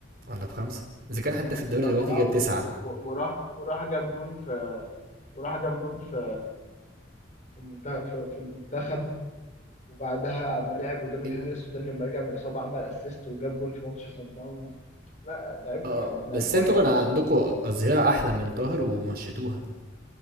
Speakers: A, on the right; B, on the left.
A: ولا بخمسة اذا كان هداف الدوري
B: باربعه
A: دلوقتي جاب
B: و-
A: تسعة
B: و- و- وراح وراح جاب جون في وراح جاب جون في في المنتخب في, في المنتخب وبعدها اما لعب قدام الهلال
A: إيه،
B: السوداني لما رجع من الاصابه عمل اسيست وجاب جون في ماتش سان داونز لا لعيب
A: اه
B: يعني
A: بس
B: لعيب كويس
A: انتوا كان عندكوا
B: بصراحه
A: أظهرة أحلى من طاهر ومشيتوها